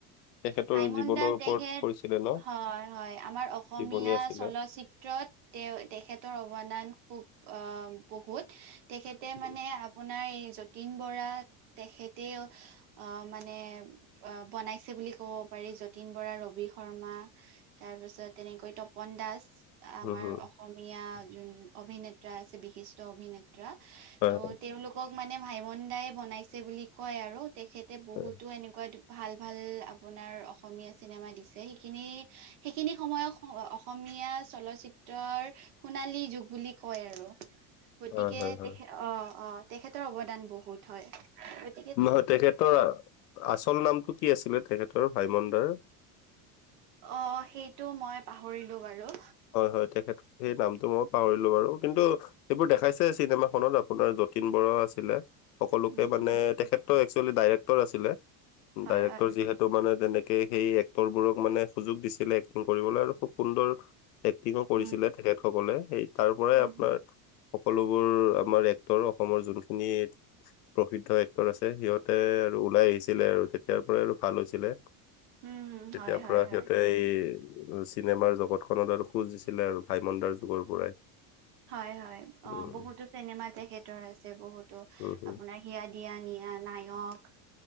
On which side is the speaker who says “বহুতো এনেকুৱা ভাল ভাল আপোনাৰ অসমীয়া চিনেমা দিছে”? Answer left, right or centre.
Right